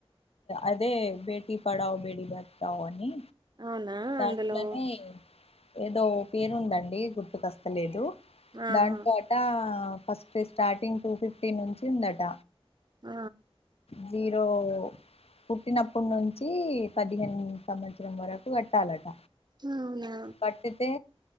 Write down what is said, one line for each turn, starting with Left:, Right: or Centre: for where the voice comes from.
Left: అదే బేటీ పడావు బేటీ బతావు అని
Right: అవునా
Left: దాంట్లోనే
Right: అందులో
Left: ఏదో పేరు ఉందండి గుట్తుకస్తలేదు
Right: ఆహా
Left: దాంట్ అ ఫస్ట్ స్టార్టింగ్ టూ ఫిఫ్టీ నుంచి ఉందట
Right: ఆ
Left: జీరో పుట్టినప్పటి నుంచి పదిహేన్ సంవత్సరం వరకు కట్టాలట
Right: అవునా
Left: కట్టితే